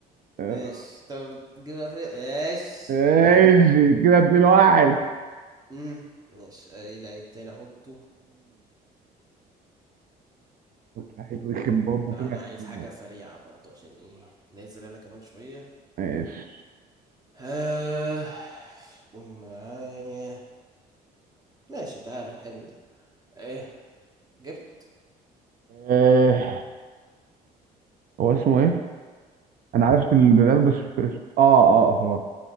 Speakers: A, on the right (about 55°); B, on the right (about 20°).
A: آه.
B: ايش طب تجيبها في ايش
A: آه،
B: ايش
A: ايش كده 2 1
B: امم ايش اي لعيب تاني احطه
A: واحد ويكن
B: آه،
A: بابا
B: لا
A: كده
B: انا عايز
A: عشان-
B: حاجة سريعة برضه عشان ايه نازل انا كمان شوية
A: ماشي
B: آه قول معايا ماشي تعالى حلو ده ايه جبت
A: آه، هو اسمه ايه؟ انا عرفت البلاد بس مش فاكر اسمه اه اه آه، خلاص